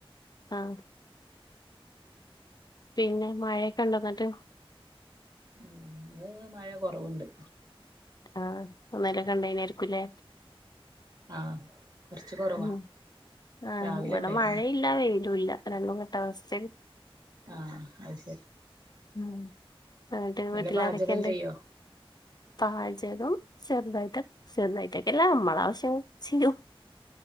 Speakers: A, on the left; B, on the right.
A: ആ. പിന്നെ മഴയൊക്കെ ണ്ടോ ന്നട്ട്?
B: ഉം ഇന്ന് മഴ കുറവ്ണ്ട്.
A: ആ ഇന്നലെ കണ്ടേന് ആരിക്കൂലേ?
B: ആ കുറച്ച് കുറവാ
A: ഉം ആ
B: രാവിലെ
A: ഇവിടെ
B: ഉണ്ടായിരുന്നു
A: മഴയില്ല വെയ്ലും ല്ല രണ്ടും കെട്ടഅവസ്ഥ
B: ആ അഹ് ശരി.
A: ഉം എന്നിട്ട്
B: നല്ല
A: വീട്ടിലാരൊക്കെണ്ട്
B: പാചകം ചെയ്യോ
A: പാചകം ചെറുതായിട്ടെക്കെ ചെറുതായിട്ടക്കെല്ല നമ്മളാവശ്യങ്ങൾ ചെയ്യും.